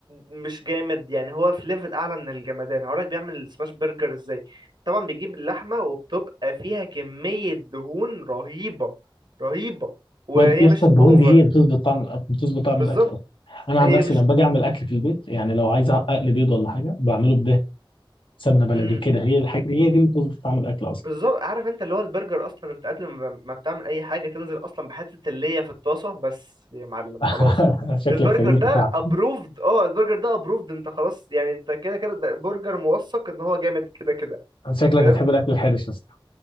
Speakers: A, on the right (about 55°); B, on the left (about 70°).
A: مش جامد يعني هو في ليفل اعلى من الجمدان هقولك بيعمل السماش برجر ازاي طبعا بيجيب اللحمه وبتبقى فيها كميه دهون رهيبه رهيبه وهي
B: وأد- يا اسطى
A: مش
B: الدهون
A: اوفر
B: دي هي اللي بتظبط طعم الأكل بتظبط طعم
A: بالظبط
B: الأكل أصلا أنا عن
A: هي
B: نفسي
A: مش
B: لما باجي أعمل أكل في البيت يعني لو عايز أقلي بيض ولا حاجة بعمله بده سمنة بلدي
A: مم.
B: كده هي الحاجة هي دي اللي بتظبط طعم الأكل أصلا
A: بالظبط عارف انت اللي هو البرجر اصلا انت قبل ما ما بتعمل اي حاجه تنزل اصلا بحته اللية في الطاسه بس يا معلم
B: <laughs>
A: خلاص
B: شكلك
A: البرجر
B: كيف
A: ده
B: طعم
A: ابروفد اه البرجر ده ابروفد انت خلاص يعني انت كده كده ده برجر موثق ان هو جامد كده كده
B: شكلك
A: فاهم
B: بتحب الأكل الحرش يا اسطى